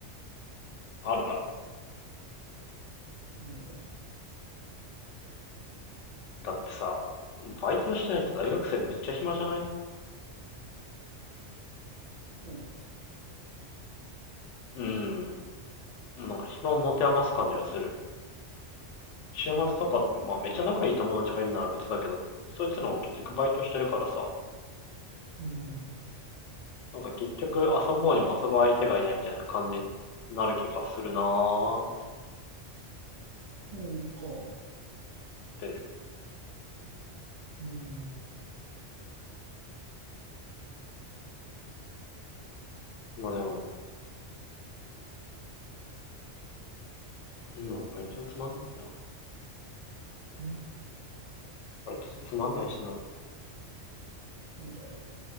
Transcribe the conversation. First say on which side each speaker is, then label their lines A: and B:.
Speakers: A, on the left; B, on the right.
A: ら。あるだろ。
B: え。ないだろう。
A: だってさ、バイトしてないと大学生めっちゃ暇じゃない
B: そ
A: うん。もうなんか暇を持て余す感じがする。週末とかって、まあめっちゃ仲いい友達がいるなら別だけど、そいつらも結局バイトしてるからさ、
B: う。うん。
A: なんか結局遊ぼうにも遊ぶ相手がいないみたいな感じになる気がするなーっ
B: そうか。
A: てね。
B: うーん。
A: まあでも、うん、バイトつまんないしな。
B: ん
A: バイトつまんないしな。
B: そうだよね。